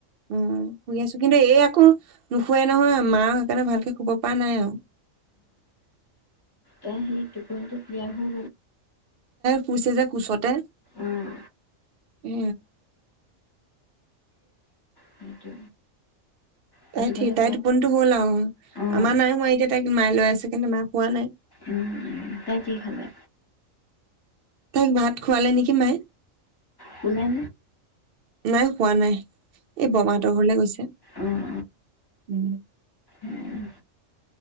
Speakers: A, on the right (about 55°); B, on the left (about 20°).
A: উম শুই আছো কিন্তু এই আকৌ নোখোৱাই নহয় মা সেইকাৰণে ভালকে শুব পৰা নাই আৰু
B: উ এ সেই টোপটোো বিয়া হৈ
A: কুৈছে যে কোচতে
B: অঁ
A: এ
B: সেইটো সেইটো
A: তাই ঠ
B: কাৰণে
A: তাই টোপনিিতো হ'ল আৰু
B: অঁ
A: আমাৰ নাই হোৱা এতিয়া তাইক মায়াই লৈ আছে কিন্তু মা হোৱা নাই
B: উম কি খালে?
A: তাইক ভাত খোৱালে নেকি মায়ে
B: কুননে
A: নাই কোৱা নাই এই বৰমাহতৰ ঘৰলে গৈছে
B: অঁ
A: উম
B: অঁ